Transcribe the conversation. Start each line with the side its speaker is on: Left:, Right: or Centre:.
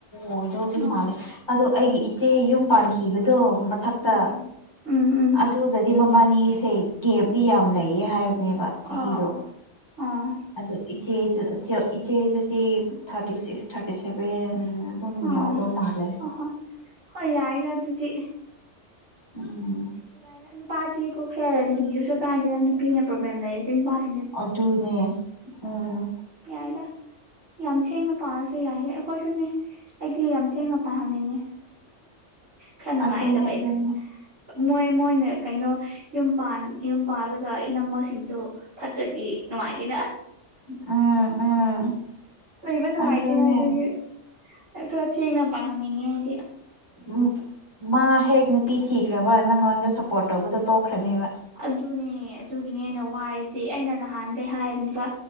Left: ꯑꯣꯏꯗꯧꯗꯤ
Right: ꯑꯣ
Left: ꯃꯥꯜꯂꯦ ꯑꯗꯣ ꯑꯩꯒꯤ ꯏꯆꯦ ꯌꯨꯝ ꯄꯥꯟꯈꯤꯕꯗꯣ ꯃꯊꯛꯇ
Right: ꯎꯝ ꯎꯝ ꯎꯝ ꯎꯝ
Left: ꯑꯗꯨꯒꯗꯤ ꯃꯃꯕꯥꯅꯤꯁꯦ ꯒꯦꯞꯗꯤ ꯌꯥꯝ ꯂꯩꯌꯦ ꯍꯥꯏꯕꯅꯦꯕ ꯆꯍꯤꯗꯣ
Right: ꯑꯣ ꯑꯣ ꯑꯣ
Left: ꯑꯗꯨ ꯏꯆꯦ ꯏꯆꯦꯗꯨꯗꯤ ꯊꯥꯔꯇꯤ ꯁꯤꯛꯁ ꯊꯥꯔꯇꯤ ꯁꯦꯚꯦꯟ ꯀꯨꯝꯃꯤ
Right: ꯑꯣ
Left: ꯌꯥ ꯑꯗꯨꯣꯝꯂꯦ
Right: ꯑꯣꯍꯣꯏ ꯍꯣꯏ ꯌꯥꯏꯗ ꯑꯗꯨꯗꯤ
Left: ꯎꯝ
Right: ꯁꯥꯏꯗ ꯅꯨꯄꯥꯗꯤ ꯀꯣ ꯈꯔ ꯂꯤꯔꯁꯨ ꯁꯨꯒꯥꯏꯗꯨꯗ ꯅꯨꯄꯤꯅ ꯄ꯭ꯔꯣꯕ꯭ꯂꯦꯝ ꯂꯩꯔꯦꯁꯦ ꯅꯨꯄꯥꯁꯤ
Left: ꯑꯗꯨꯅꯦ ꯎꯝ
Right: ꯌꯥꯏꯗ ꯌꯥꯝ ꯊꯦꯡꯅ ꯄꯥꯔꯁꯨ ꯌꯥꯏꯗ ꯑꯩꯈꯣꯏꯁꯨꯅꯦ ꯑꯩꯗꯤ ꯌꯥꯝ ꯊꯦꯡꯅ ꯄꯥꯍꯟꯅꯤꯡꯉꯦ ꯈꯔ ꯅꯨꯡꯉꯥꯏꯗꯕꯩ
Left: ꯑꯗꯨꯅꯦ ꯑꯗꯨꯅꯦ
Right: ꯃꯣꯏ ꯃꯣꯏꯅ ꯀꯩꯅꯣ ꯌꯨꯝ ꯌꯨꯝ ꯄꯥꯟꯜꯂꯒ ꯏꯅꯝꯝꯕꯁꯤꯡꯗꯨꯣ ꯐꯠꯇ꯭ꯔꯗꯤ ꯅꯨꯡꯉꯥꯏꯇꯦꯅ
Left: ꯎꯝ ꯎꯝ
Right: ꯂꯩꯕ ꯅꯨꯡꯉꯥꯏꯇꯦꯅꯦ
Left: ꯑꯗꯨꯅꯦ
Right: ꯑꯗꯨꯒꯤ ꯑꯩ ꯈꯔ ꯊꯦꯡꯅ ꯄꯥꯜꯍꯟꯅꯤꯡꯉꯦ ꯍꯥꯏꯗꯤ
Left: ꯎ ꯃꯥ ꯍꯦꯛ ꯅꯨꯄꯤ ꯊꯤꯈ꯭ꯔꯕ ꯅꯪꯉꯣꯟꯗ ꯁꯞꯄꯣꯔꯠ ꯇꯧꯕꯗꯣ ꯇꯣꯛꯈ꯭ꯔꯅꯦꯕ
Right: ꯑꯗꯨꯅꯦ ꯑꯗꯨꯒꯤꯅꯦ ꯑꯩꯅ ꯋꯥꯔꯤꯔꯤꯁꯤ ꯑꯩꯅ ꯅꯍꯥꯟꯒꯩ ꯍꯥꯏꯕꯅꯤꯕ